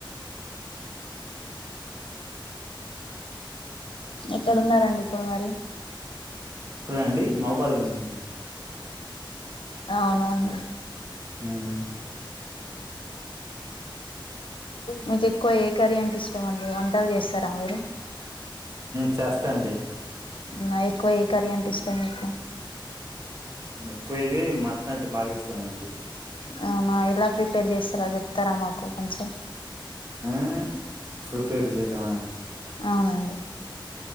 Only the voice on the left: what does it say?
ఎక్కడున్నారండి ఇప్పుడు మరి
అవునం
మీకు ఎక్కువ ఏ కర్రీ అంటే ఇష్టం అండి వంటలు చేస్తరా మీరు
నా ఎక్కువ ఏ కర్రీ అంటే ఇష్టం నీకు?
అవునా ఎలా ప్రిపేర్ చేస్తరా చెప్తారా మాకు కొంచెం.
అవునండి